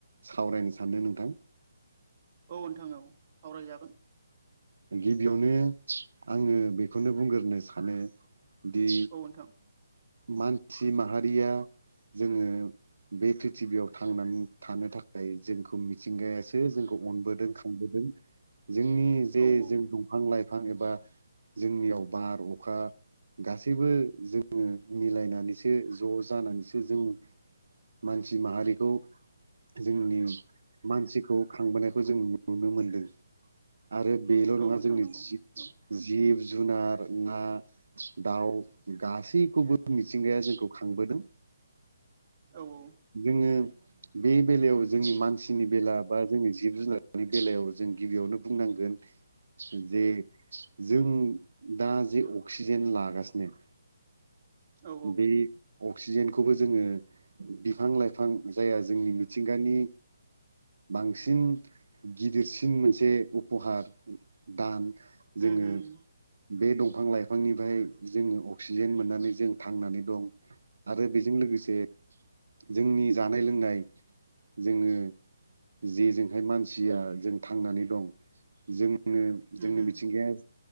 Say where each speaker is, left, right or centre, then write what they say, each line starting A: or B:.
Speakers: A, on the right; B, on the right.
A: सावरायनो सानदों नोंथां।
B: औ नोंथां औ सावरायजागोन।
A: गिबियावनो आङो बेखौनो बुंग्रोनो सानो दि
B: औ नोंथां
A: मानसि माहारिया जोङो बे प्रिथिबियाव थांनानै थानो थाखाय जोंखौ मिथिंगायासो अनबोदों खांबोदों जोंनि जे
B: औ औ
A: जों दंफां लाइफां लाइफां एबा जोंनियाव बार अखा गासैबो जोङो मिलायनानैसो ज' जानानैसो जों मानसि माहारिखौ जोंनि मानसिखौ खांबोनायखौ जों नुनो मोनदों। आरो बेल'
B: औ
A: नङा
B: नोंथां
A: जोंनि
B: नंगौ औ
A: जिब जुनार ना दाउ गासैखौबो मिथिंगाया जोंखौ खांबोदों।
B: औ
A: जोङो बे बेलायाव जोंनि मानसिनि बेला बा जोंनि जिब जुनार बेलायाव जों गिबियावनो बुंनांगोन जे जों दा जे अक्सिजेन लागासिनो
B: औ
A: बे अक्सिजेनखौबो जोङो बिफां लाइफां जाया जोंनि मिथिंगानि बांसिन गिदिरसिन मोनसे फहार दान जोङो
B: उम उम
A: बे दंफां लाइफांनिफ्राय जोङो अक्सिजेन मोननानै जों थांनानै दं। आरो बेजों लोगोसे जोंनि जानाय लोंनाय जोङो जेजोंहाय मानसिया जों थांनानै दं बेजों जोंनि
B: उम
A: मिथिंगाया